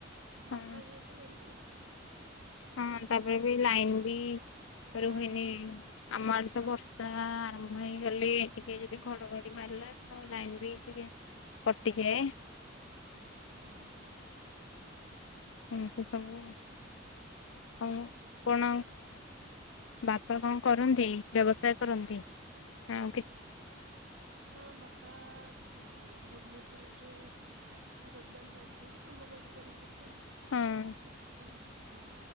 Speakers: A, on the left; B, on the right.
A: ହଁ
B: ବର୍ଷା ଯେହେତୁ ହୁଏନା
A: ହଁ ତାପରେ ବି ଲାଇନ ବି ରୋହେନି
B: ଲାଇନ ବି ରହୁଛି
A: ଆମ ଆଡେ ତ ବର୍ଷା ଆ ମୁ ହେଇ ଗଲି ଟିକେ ଯଦି ଘଡଘଡି ମାରିଲା ଆ ଲାଇନ ବି ଟିକେ କଟିିଯାଏ।
B: ହଁ।
A: ଏମିତି ସବୁ ଆଉ କଣ।
B: <inaudible>
A: ବାପା କଣ କରନ୍ତି ବ୍ୟବସାୟ କରନ୍ତି ଆଉ। କି
B: ହଁ ବାପା ଉଁ ଭୁବନେଶ୍ୱରରେ ଗୋଦାମ ରେ ଅଛନ୍ତି କାମ କରୁଛନ୍ତି ସେଠି ଆଉ
A: ହଁ
B: ସେଠି ହୁଁ।